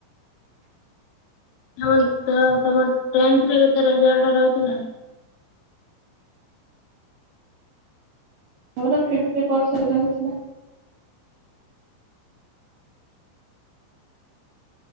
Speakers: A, on the left; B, on the right.
A: <unintelligible> ଟେନ୍ଥରେ କେତେ ରେଜଲ୍ଟ ରହିଥିଲା?
B: ମୋର ଫିଫ୍ଟି ପରସେଣ୍ଟ ରହିଥିଲା।